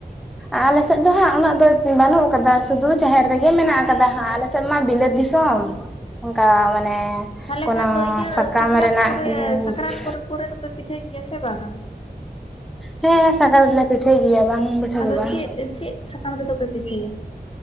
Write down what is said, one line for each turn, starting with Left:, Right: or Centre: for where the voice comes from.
Centre: ᱟᱞᱮ ᱥᱮᱫ ᱫᱚ ᱦᱟᱸᱜ ᱩᱱᱟᱹᱜ ᱫᱚ ᱵᱟᱱᱩᱜ ᱟᱠᱟᱫᱟ ᱥᱩᱫᱷᱩ ᱡᱟᱦᱮᱨ ᱨᱮᱜᱮ ᱢᱮᱱᱟᱜ ᱟᱠᱟᱫᱟ ᱦᱟᱸᱜ ᱟᱞᱮ ᱥᱮᱫ ᱢᱟ ᱵᱤᱞᱟᱹᱛ ᱫᱤᱥᱚᱢ᱾
Left: <inaudible>
Centre: ᱚᱱᱠᱟ ᱢᱟᱱᱮ
Left: ᱛᱟᱦᱚᱞᱮ
Centre: ᱠᱳᱱᱳ
Left: ᱠᱷᱟᱱ ᱫᱚ ᱤᱭᱟᱹ
Centre: ᱥᱟᱠᱟᱢ
Left: ᱥᱟᱠᱨᱟᱛ
Centre: ᱨᱮᱱᱟᱜ
Left: ᱠᱚᱨᱮ
Centre: ᱦᱮᱸ
Left: ᱥᱟᱠᱨᱟᱛ ᱯᱚᱨᱮ ᱠᱚᱨᱮ ᱫᱚᱯᱮ ᱯᱤᱴᱷᱟᱹᱭ ᱦᱮ ᱥᱮ ᱵᱟᱝ-ᱟ?
Centre: ᱦᱮᱸ ᱥᱟᱠᱨᱟᱛ ᱨᱮᱫᱚ ᱞᱮ ᱯᱤᱴᱷᱟᱹᱭ ᱜᱮᱭᱟ ᱵᱟᱝ ᱯᱤᱴᱷᱟᱹ
Left: ᱟᱫᱚ
Centre: ᱫᱚ ᱵᱟᱝ
Left: ᱪᱮᱫ ᱪᱮᱫ ᱥᱟᱠᱟᱢ ᱨᱮᱫᱚ ᱯᱮ ᱯᱤᱴᱷᱟᱹᱭᱟ?